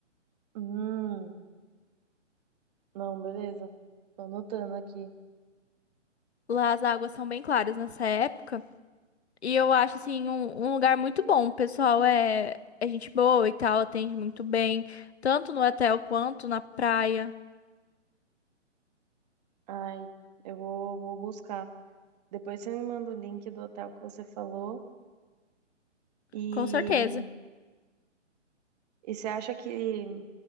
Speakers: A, on the right (about 35°); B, on the left (about 60°).
A: Hum, não, beleza. Tô anotando aqui.
B: Lá as águas são bem claras nessa época. E eu acho, assim, um, um lugar muito bom. O pessoal é... é gente boa e tal, atende muito bem, tanto no hotel quanto na praia.
A: Ai, eu vou, vou buscar. Depois você me manda o link do hotel que você falou. E,
B: Com certeza.
A: e você acha que